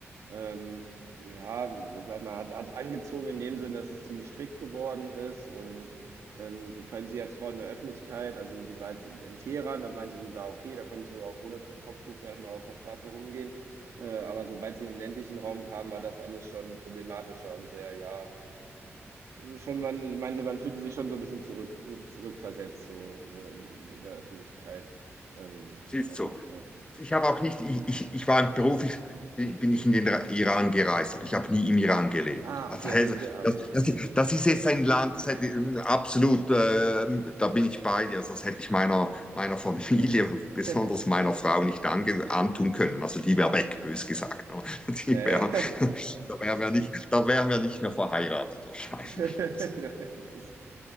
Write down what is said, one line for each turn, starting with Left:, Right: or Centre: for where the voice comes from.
Right: ähm, ja, sag ich mal, hat, hat angezogen in dem Sinne, dass es ziemlich strikt geworden ist und ähm, vor allem sie als Frau in der Öffentlichkeit, also die war jetzt in Teheran, da meinte sie, war okay, da konntest du auch ohne To- Kopftuch, sag ich mal, auf der Straße rumgehen. Äh, aber sobald sie in den ländlichen Raum kam, war das alles schon problematischer und sehr, ja, schon man, sie meinte, man fühlte sich schon so ein bisschen zurück, zurückversetzt, so, ne, in, in in der Öffentlichkeit. Ähm,
Left: Siehst
Right: also,
Left: du,
Right: ja.
Left: ich habe auch nicht, ich, ich, ich war beruflich, bin, bin ich in den Ra- Iran gereist, aber ich habe nie im Iran gelebt.
Right: Ah,
Left: Also
Right: okay,
Left: also,
Right: also du, bi- ah,
Left: das,
Right: okay, ja,
Left: das,
Right: ja.
Left: das ist jetzt ein Land, das hätte ich ähm, absolut, äh, da bin ich bei dir, also das hätte ich meiner, meiner Familie,
Right: ja.
Left: <laughs> besonders
Right: <laughs>
Left: meiner Frau, nicht ange, antun können.
Right: Hm.
Left: Also die wäre weg, bös gesagt. <laughs>
Right: Ja,
Left: Die
Right: ja.
Left: wär,
Right: <laughs>
Left: da wären wir nicht, da wären wir nicht mehr verheiratet wahrscheinlich.
Right: <laughs> Das
Left: Also,